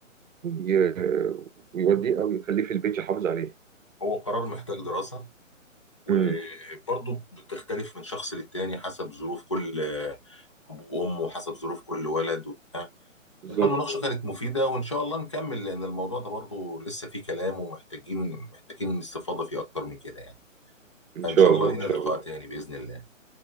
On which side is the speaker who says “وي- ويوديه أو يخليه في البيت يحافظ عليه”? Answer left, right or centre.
Right